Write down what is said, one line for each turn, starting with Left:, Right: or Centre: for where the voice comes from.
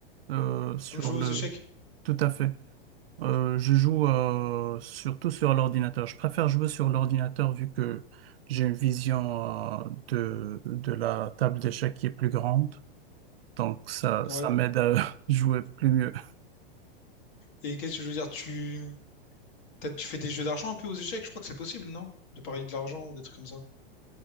Right: euh, sur
Left: T'aimes jouer
Right: le...
Left: aux échecs?
Right: Tout à fait. Euh, je joue euh, surtout sur l'ordinateur. Je préfère jouer sur l'ordinateur vu que j'ai une vision euh, de, de la table d'échecs qui est plus grande. Donc ça,
Left: Ouais.
Right: ça m'aide à <laughs> jouer plus mieux.
Left: Et qu'est-ce que je veux dire? Tu peut-être tu fais des jeux d'argent un peu aux échecs, je crois que c'est possible, non? De parier de l'argent ou des trucs comme ça.